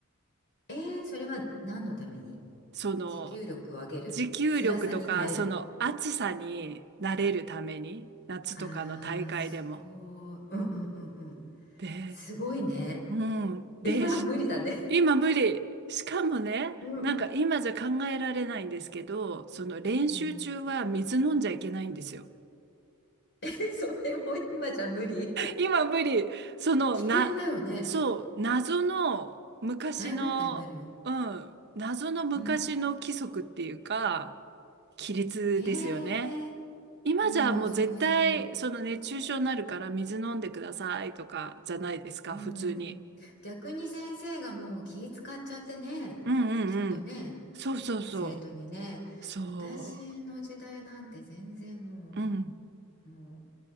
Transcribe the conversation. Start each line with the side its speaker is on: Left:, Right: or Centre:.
Left: えー、それは何のために
Right: その、
Left: 持久力を上げる。
Right: 持久力とか、
Left: 辛さに耐える。
Right: その暑さに慣れるために、夏とかの大会でも。
Left: ああ、すごい。うんうんうんうん。
Right: で、
Left: すごいね。
Right: うん。で、
Left: 今無理だね。
Right: し今無理。しかもね、
Left: うん。
Right: なんか今じゃ考えられないんですけど、その練習中は水飲んじゃいけないんですよ。
Left: うん。<laughs> それも今じゃ無理。
Right: 今無理。その、
Left: 危険だよね。
Right: な、そう、謎の昔の、
Left: 大問題になるよ。
Right: うん、謎の昔の規則っていうか、
Left: うん。
Right: 規律ですよね。
Left: ええ
Right: 今じゃもう絶対、
Left: うん、そうそう。
Right: その熱中症になるから水飲んでくださいとかじゃないですか、
Left: うん。
Right: 普通に。
Left: 逆に先生がもう気使っちゃってね。
Right: うんうんうん。
Left: きっとね、
Right: そうそうそう。
Left: 生徒にね。
Right: そ
Left: 私の時代なんて全然も
Right: う。うん。
Left: う、もう